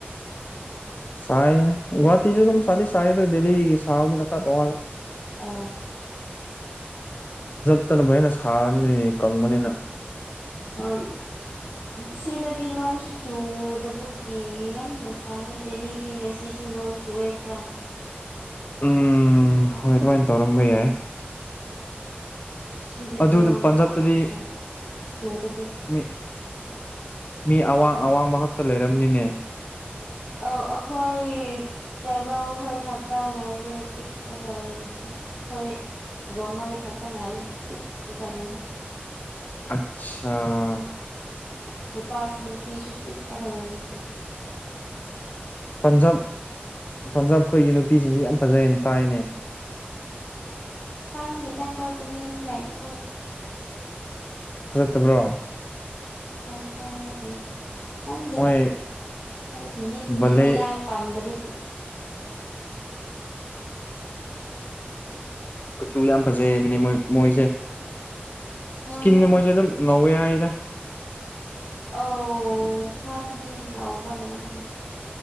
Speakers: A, on the left; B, on the left.
A: ꯁ ꯋꯥꯁꯨꯦ ꯁ ꯁ ꯗ ꯁꯥꯣ
B: ꯑ
A: ꯠꯇꯅꯅꯕꯣꯏꯩꯅ ꯁꯥꯔꯅꯤ ꯀꯪꯕꯅꯤꯅ
B: ꯍꯣꯏ ꯁꯤꯗꯗꯤ ꯅꯣꯡꯁꯨ ꯆꯨꯗꯕꯒꯤ ꯌꯥꯝꯅ ꯁꯥꯏ ꯗꯦꯜꯂꯤꯗꯤ ꯉꯁꯤꯁꯨ ꯅꯣꯡ ꯆꯨ ꯦꯈꯔ
A: ꯎꯝ ꯍꯣꯏ ꯑꯗꯨꯃꯥꯏꯅ ꯇꯧꯔꯝꯕ ꯌꯥꯏ
B: ꯁꯤꯗꯗꯤ
A: ꯑꯗꯨ
B: ꯅꯣꯡ
A: ꯑꯗꯨ ꯄꯟꯖꯥꯕꯇꯗꯤ
B: ꯄꯥꯛ ꯄꯥꯛ ꯁꯥꯗꯕ ꯆꯨꯗꯕꯒꯤ
A: ꯃꯤ ꯃꯤ ꯑꯋꯥꯡ ꯑꯋꯥꯡꯕ ꯈꯛꯇ ꯂꯩꯔꯝꯅꯤꯅꯦ
B: ꯑꯧ ꯑꯩꯈꯣꯏ ꯇ꯭ꯔꯥꯏꯕꯦꯜ ꯈꯈꯣꯏ ꯊꯥꯛꯇ ꯉꯥꯏꯔꯦ ꯄꯤꯛꯈ꯭ꯔꯒ ꯂꯩꯔꯤꯁꯦ ꯑꯩꯈꯣꯏ ꯔꯣꯡꯃꯩ ꯈꯛꯇ ꯉꯥꯏ ꯂꯩꯗ
A: ꯑꯆꯥꯥ
B: ꯅꯨꯄꯥꯁꯨ ꯅꯨꯄꯤꯁꯨ ꯄꯤꯛ ꯑꯒ ꯂꯩ ꯂꯩꯅꯤ
A: ꯄꯟꯖꯥꯕ ꯄꯟꯖꯥꯕ ꯑꯩꯈꯣꯏꯒꯤ ꯅꯨꯄꯤꯁꯤꯡꯁ ꯌꯥꯝ ꯐꯖꯦꯟ ꯇꯥꯏꯅꯦ
B: ꯁꯪ ꯗꯦꯇꯇꯥ ꯈꯣꯏ ꯀꯣꯅꯦ ꯁꯤ ꯂꯥꯏꯕ ꯀꯣꯏ
A: ꯐꯖꯠꯇꯕ꯭ꯔꯣ
B: ꯊꯖ ꯂꯤꯗ ꯈꯪꯗꯦꯗ
A: ꯃꯣꯏ
B: ꯑꯩꯒꯤ ꯃꯤꯠꯇꯗꯤ
A: ꯕꯂꯦ
B: ꯃꯌꯥꯡ ꯄꯥꯝꯗꯕꯒꯤ
A: ꯀꯆꯨ ꯌꯥꯝ ꯐꯖꯩꯅꯤ ꯃꯣꯏ ꯃꯣꯏꯁꯦ
B: ꯍꯣꯏ
A: ꯏꯁꯀꯤꯟꯅꯦ ꯃꯣꯏꯁꯦ ꯑꯗꯨꯝ ꯉꯧꯋꯦ ꯍꯥꯏꯗ
B: ꯑꯥꯎ ꯐ꯭ꯔꯥꯗꯤꯟ ꯅꯍꯣꯏ